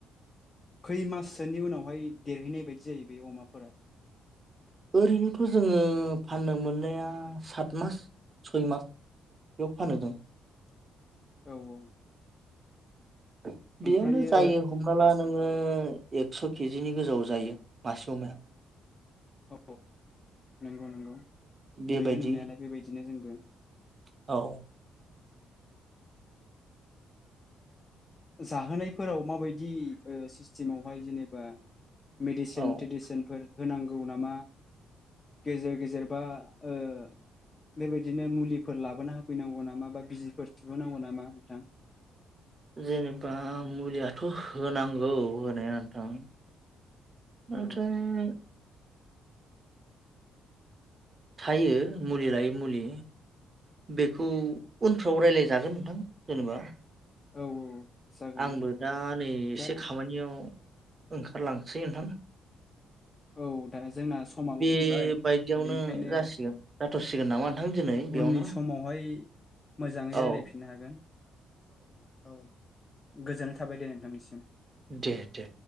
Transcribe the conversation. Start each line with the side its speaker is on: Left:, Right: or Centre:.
Left: खै माससोनि उनावहाय देरहैनाय बायदि जायो बे अमाफोरा
Right: ओरैनोथ' जोङो फाननो मोननाया सात मास सय मास बेयाव फानो जों
Left: औ औ
Right: बेयावनो
Left: ओमफ्रायो
Right: जायो हमना ला नोङो एकस' केजिनि गोजौवाव जायो मासे अमाया
Left: औ नंगौ नंगौ
Right: बेबायदि
Left: नुयो नुनायालाय बेबायदिनो जोंबो
Right: औ
Left: जाहोनायफोराव माबायदि सिस्टेमावहाय जेनेबा मेडिसिन
Right: औ
Left: तिडिसिनफोर होनांगौ नामा गेजेर गेजेर बा ओ बेबायदिनो मुलिफोर लाबोना होफैनांगौ नामा बा बिजिफोर थहोनांगौ नामा नोंथां
Right: जेनेबा मुलियाथ होनांगौ होनाया नोंथां नाथाइ
Left: औ
Right: थायो मुलि लायै मुलि बेखौ उनफ्राव रायज्लाय जागोन नोंथां जेनेबा
Left: औ औ जागोन
Right: आंबो
Left: नोंथां औ
Right: दा नै एसे
Left: दा
Right: खामानियाव ओंखारलांसै नोंथां
Left: औ दा जोंना समाबो
Right: बेबायदियावनो
Left: फैबाय बेनिखायनो
Right: जासिगोन जाथ'सिगोन नामा नोंथां दिनै बेयावनो
Left: उननि समावहाय मोजाङै
Right: औ
Left: रायलायफिननो हागोन औ गोजोननाय थाबाय दे नोंथांनिसिम
Right: दे दे